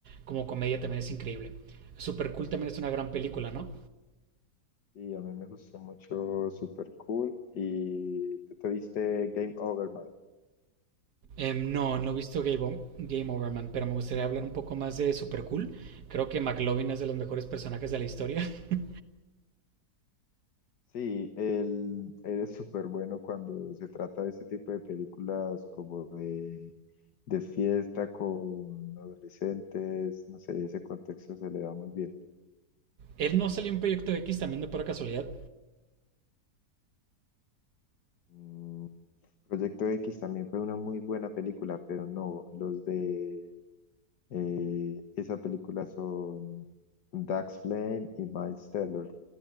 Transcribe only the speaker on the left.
Y a mí me gustó mucho, súper cool. Y tú te viste Game Over, man.
Sí, él, él es súper bueno cuando se trata de este tipo de películas como de, de fiesta con adolescentes, no sé, ese contexto se le da muy bien.
Mm, Proyecto X también fue una muy buena película, pero no, los de Eh, esa película son Dax Flame y Miles Teller,